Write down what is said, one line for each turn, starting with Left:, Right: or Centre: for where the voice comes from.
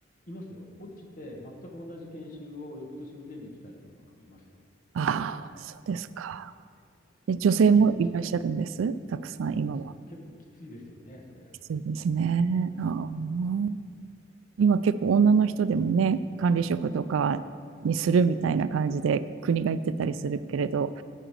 Left: いますよ。落ちて全く同じ研修を翌年受けに来た人なんかもいますよ。
Right: ああ、そうですか。で、女性もいらっしゃるんです。
Left: はい、結構き、
Right: たくさん今は。
Left: そうです。結構きついですよね、それ。
Right: きついですね。
Left: はい、はい。
Right: ああ、今結構女の人でもね、管理職とかにするみたいな感じで国が言ってたりするけれど、